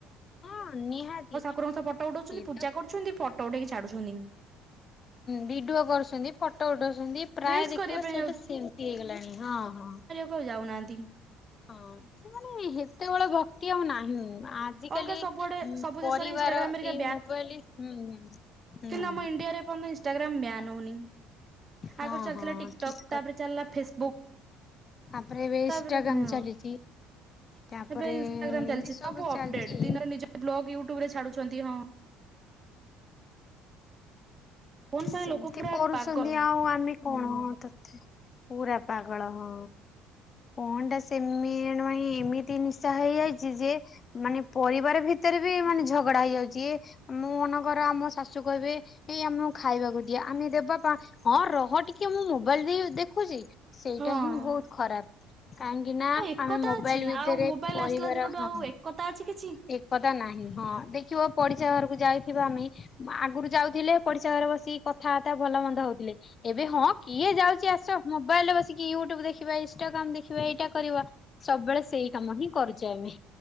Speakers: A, on the left; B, on the right.
A: ହଁ ନିହାତି।
B: କୁରଙ୍କ ସହ ଫଟୋ ଉଠଉଛନ୍ତି
A: ସେଟା
B: ପୂଜା କରୁଛନ୍ତି ଫଟୋ ଉଠେଇକି ଛାଡୁଛନ୍ତି।
A: ଭିଡିଓ କରୁଛନ୍ତି। ଫଟୋ ଉଠଉଛନ୍ତି ପ୍ରାୟ
B: ରିଲସ
A: ଦେଖିବ
B: କରିବା ପାଇଁ
A: ସେଇଟା ସେମିତି ହେଇଗଲାଣି ହଁ ହଁ।
B: କୁଆ ଯାଉନାହାନ୍ତି।
A: ହଁ ସେମାନେ ହେତେବେଳ ଭକ୍ତି ଆଉ ନାହିଁ। ହୁଁ ଆଜିକାଲି
B: ଅଲଗା ସବୁଆଡେ ସବୁ ଦେଶରେ
A: ପରିବାର
B: ଇନଷ୍ଟାଗ୍ରାମ ହେରିକା
A: ଏଇ ମୋବାଇଲ ହୁଁ। ହୁଁ
B: ହେଦିନ ଆମ ଇଣ୍ଡିଆରେ <unintelligible> ଇନଷ୍ଟାଗ୍ରାମ ବ୍ୟାନ୍ ହଉନି।
A: ହଁ
B: ଆଗରୁ ଚାଲିଥିଲା
A: ହଁ
B: ଟିକିଟକ୍
A: ଠିକ
B: ତାପରେ ଚାଲିଲା ଫେସବୁକ୍।
A: ଆପରେ ଏବେ ଇନଷ୍ଟାଗ୍ରାମ୍
B: ତାପରେ ହଁ
A: ଚାଲିଛି। ତାପରେ
B: ଏବେ ଇନଷ୍ଟାଗ୍ରାମ ଚାଲିଛି
A: ଏସବୁ
B: ସବୁ ଅପଡେଟ୍
A: ଚାଲିଛି
B: ଦିନରେ ନିଜ ବ୍ଲଗ ୟୁଟ୍ୟୁବ ରେ ଛାଡୁଛନ୍ତି ହଁ ଫୋନ ପାଇଁ
A: ସେମିତି
B: ଲୋକ ପୁରା
A: କରୁଛନ୍ତି
B: ପାଗଳ
A: ଆଉ ଆମେ
B: ହୁଁ
A: କଣ ତ ପୁରା ପାଗଳ ହଁ। କଅଣ ଟା ସେମ ମାନେ ଏମିତି ନିଶା ହେଇଯାଇଛି ଯେ ମାନେ ପରିବାର ଭିତରେ ବି ମାନେ ଝଗଡା ହେଇଯାଉଛି। ମୁଁ ମନେକର ଆମ ଶାଶୁ କହିବେ ଏଇ ଆମ ଖାଇବାକୁ ଦିଅ ଆମେ ଦେବା ପା ହଁ ରହ ଟିକେ ମୁଁ ମୋବାଇଲ ଦେଇ ଦେଖୁଛି। ସେଇଟା
B: ହଁ।
A: ହିଁ ବହୁତ ଖରାପ୍। କାହିଁକି ନା
B: ହଁ ଏକତା
A: ଆମେ ମୋବାଇଲ
B: ଅଛି
A: ଭିତରେ
B: ଆଉ ମୋବାଇଲ
A: ପରିବାର
B: ଆସିଲା ଦିନଠୁ
A: ହଁ।
B: ଆଉ ଏକତା ଅଛି କିଛି।
A: ଏକତା ନାହିଁ ହଁ ଦେଖିବ ପଡିଶା ଘରକୁ ଯାଇଥିବା ଆମେ ଆଗରୁ ଯାଉଥିଲେ ପଡ଼ି ସା ଘରେ ବସିକି କଥାବାର୍ତ୍ତା ଭଲ ମନ୍ଦ ହଉଥିଲେ ଏବେ ହଁ କିଏ ଯାଉଛି ଆସ ମୋବାଇଲ ରେ ବ କି ୟୁଟ୍ୟୁବ ଦେଖିବା ଇନଷ୍ଟଟାଗ୍ରାମ ଦେଖିବା ଏଇଟା କରିବା ସବୁବେଳେ ସେଇ କାମ ହିଁ କରୁଛେ ଆମେ।